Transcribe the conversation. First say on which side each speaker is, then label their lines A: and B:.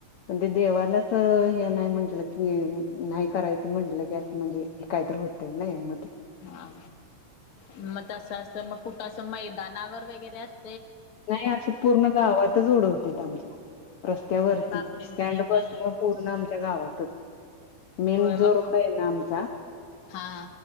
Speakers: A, on the left; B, on the left.
A: पण ते देवालाच हे नाही म्हंटलं की, नाही करायचं म्हंटलं की, असं म्हणजे ए काहीतरी होत होतय नाही म
B: हा मगं तसं असं मग कुठं मैदानावर वगैरे असतं
A: नाही, असं पूर्ण गावातच उडवतेेत आमच्या रस्त्यावरती
B: अरे बापरे
A: स्टँड
B: मग हे
A: बस
B: काय आहे?
A: न पूर्ण आमच्या गावातच मेन
B: होय
A: जो
B: मग
A: रोड आहे ना आमचा
B: हा